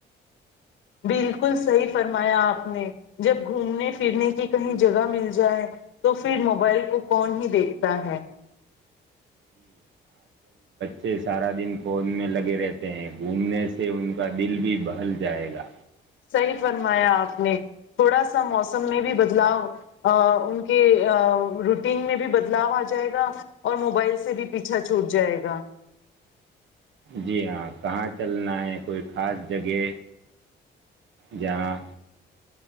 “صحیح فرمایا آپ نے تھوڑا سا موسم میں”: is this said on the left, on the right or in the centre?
Left